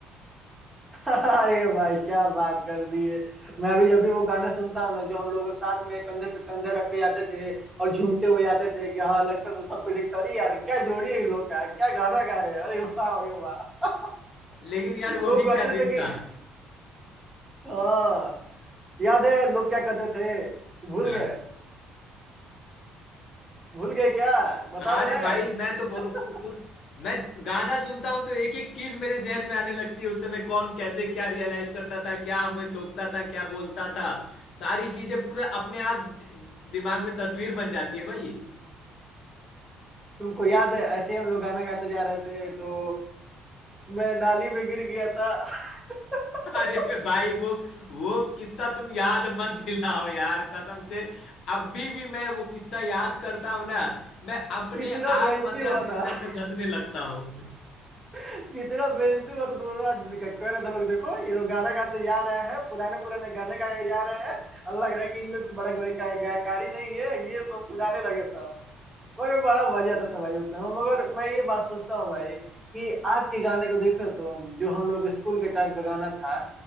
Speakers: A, on the right; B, on the left.
A: <laughs> अरे भाई क्या बात कर दी है मैं अभी जब भी वो गाने सुनता हूँ ना जो हम लोग साथ में कंधे पे कंधे रख के जाते थे और झूमते हुए आते थे कि हाँ लगता था सबको दिखता अरे यार क्या जोड़ी है इन लोग का क्या गाना गा रहे हैं अरे वाह अरे वाह
B: लेकिन यार
A: <laughs> लोग
B: वो भी
A: कहते
B: क्या दिन
A: थे कि
B: था
A: हाँ याद है लोग क्या कहते थे भूल
B: हाँ
A: गए भूल गए क्या बताऊं
B: अरे
A: मैं
B: भाई मैं तो ब-
A: <laughs>
B: पु, पुर, मैं गाना सुनता हूँ तो एक एक चीज मेरे जहन में आने लगती है उस समय कौन कैसे क्या रियलाइज करता था क्या हमें टोकता था क्या बोलता था सारी चीजें पूरे अपने आप दि- दिमाग में तस्वीर बन जाती है भाई
A: तुमको याद है ऐसे ही हम लोग गाना गाते जा रहे थे तो मैं नाली में गिर गया था <laughs>
B: <laughs> अरे भाई वो वो किस्सा तुम याद मत दिलाओ यार कसम से अभी भी मैं वो किस्सा याद करता हूँ ना मैं अपने
A: कितना
B: आप
A: बेइज्जती
B: पंद्रह
A: हुआ
B: बीस
A: था
B: मिनट
A: <laughs>
B: तक हंसने लगता हूँ <laughs>
A: कितना बेइज्जती हुआ था दोनों आदमी का कह रहे थे लोग देखो ये लोग गाना गाते जा रहे हैं पुराने पुराने गाने गाए जा रहे हैं और लग रहा है कि इन लोग से बड़ा कोई गाय- गायकारी नहीं है ये सब सुनाने लगे सब मगर बड़ा मजा आता था भाई उस समय मगर मैं ये बात सोचता हूँ भाई कि आज के गाने को देखो तुम जो हम लोग स्कूल के टाइम का गाना था